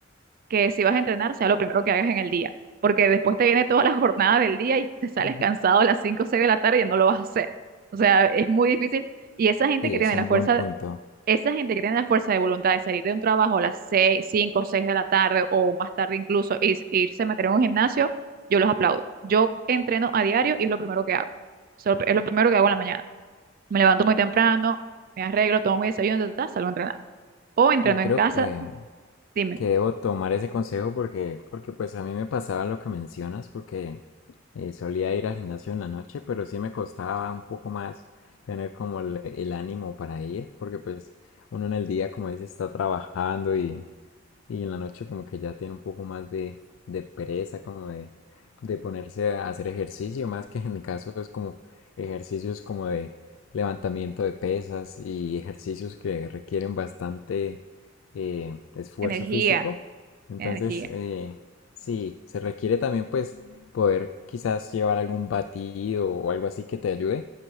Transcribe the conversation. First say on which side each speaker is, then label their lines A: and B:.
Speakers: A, on the right; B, on the left.
A: que si vas a entrenar sea lo primero que hagas en el día, porque después te viene toda la jornada del día y te sales
B: Ujú.
A: cansado a las 5 o 6 de la tarde y ya no lo vas a hacer. O sea, es muy difícil. Y esa gente
B: Sí,
A: que
B: es
A: tiene
B: un
A: la fuerza,
B: buen punto.
A: esa gente que tiene la fuerza de voluntad de salir de un trabajo a las 6 5 o 6 de la tarde o más tarde incluso y s- irse a meter en un gimnasio, yo los aplaudo. Yo entreno a diario y es lo primero que hago. So, es lo primero que hago en la mañana. Me levanto muy temprano, me arreglo, tomo mi desayuno, ta, ta, ta, salgo a entrenar. O entreno
B: Y creo
A: en casa,
B: que,
A: dime,
B: que debo tomar ese consejo porque, porque pues a mí me pasaba lo que mencionas, porque eh, solía ir al gimnasio en la noche, pero sí me costaba un poco más tener como el, el ánimo para ir, porque pues uno en el día, como dice, está trabajando y, Y en la noche como que ya tiene un poco más de, de pereza, como de, de ponerse a hacer ejercicio, más que en mi caso es como ejercicios como de levantamiento de pesas y ejercicios que requieren bastante eh, esfuerzo
A: energía,
B: físico. Entonces,
A: energía.
B: eh, sí, se requiere también pues poder quizás llevar algún batido o algo así que te ayude